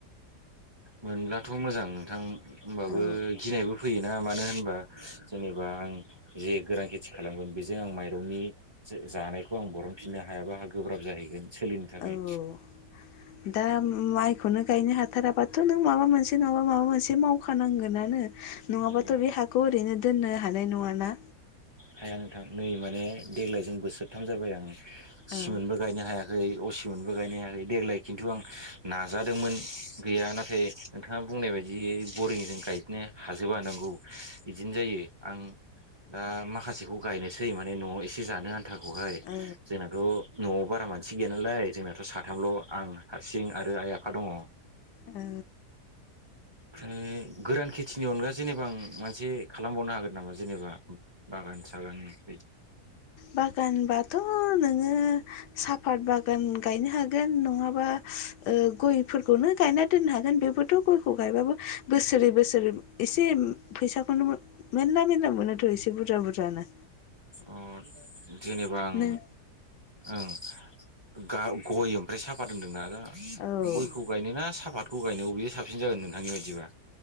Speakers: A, on the right; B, on the left.
A: मोनब्लाथ' मोजां नोंथां होमबाबो
B: औ
A: गिनायबो फैयोना मानो होनबा जेनेबा आं जे गोरान खेथि खालामगोन बेजों आं माइरंनि जो जानायखौ आं बरनफिननो हायाबा आंहा गोब्राब जाहैगोन। सोलिनो थाखाय
B: औ दा माइखौनो गायनो हाथाराबाथ' नों माबा मोनसे नङाबा माबा मोनसे मावखानांगोनानो। नङाबाथ'
A: औ
B: बे हाखौ ओरैनो दोननो हानाय नङाना।
A: हाया नोंथां नै माने देग्लायजों बोसोरथाम जाबाय आं सिमोनबो
B: औ
A: गायनो हाया खै असिमोनबो गायनो हायाखै देग्लाय खिन्थु आं नाजादोंमोन गैया नाथाय नोंथाङा बुंनाय बायदियै बरिंजों गायजोबनो हाजोबा नंगौ बिदिनो जायो आं दा माखासेखौ गायनोसै माने न'आव एसे जानो आन्थाखौहाय
B: औ
A: जोंनाथ' न'आव बारा मान सि गैया नालाय जोंनाथ' साथामल' आं हारसिं आरो आइ आफा दङ।
B: ओ
A: ओमफ्राय गोरान खेथिनि अनगा जेनेबा आं मोनसे खालामबावनो हागोन नामा जेनेबा बागान सागान बेदि
B: बागानबाथ' नोङो साफात बागान गायनो हागोन नङाबा ओ गयफोरखौनो गायना दोननो हागोन बेबोथ' गयखौ गायबाबो बोसोरे बोसोरे एसे फैसाखौनो मेरला मेरला मोनोथ' एसे बुरजा। बुरजानो
A: अ जेनेबा आं
B: नों
A: ओं गा गय ओमफ्राय साफात होन्दोंना दा
B: औ
A: गयखौ गायनो ना साफत खौ गायनो अबे साबसिन जागोन नोंथांनि बायदिबा?